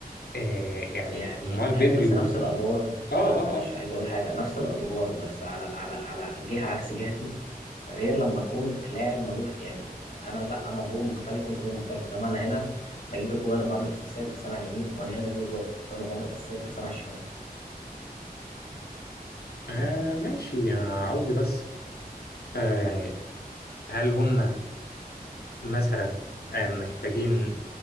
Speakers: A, on the left; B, on the left.
A: آه يعني
B: يعني
A: أمال بدري
B: ايوه بس
A: و
B: نفس الادوار
A: آه آه
B: لا معلش
A: آه.
B: عايز اقول حاجه نفس الادوار بس على على على جهه عكس جهتي غير لما اكون لاعب ملوش يعني انا لا انا دور مختلف وانت دور مختلف انما انا هنا بجيب الجوان وبعمل اسيستات بس انا على اليمين وانا هنا بجيب الجوان وبعمل اسيستات بس انا على الشمال
A: آه
B: يعني
A: ماشي أنا قصدي بس آه يعني هل هم مثلا آه محتاجين